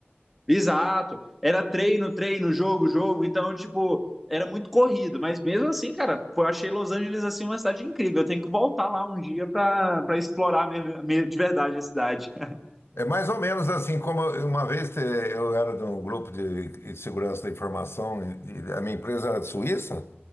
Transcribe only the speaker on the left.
É mais ou menos assim, como eu- uma vez te- eu era de um grupo de de segurança da informação e e a minha empresa era de Suíça,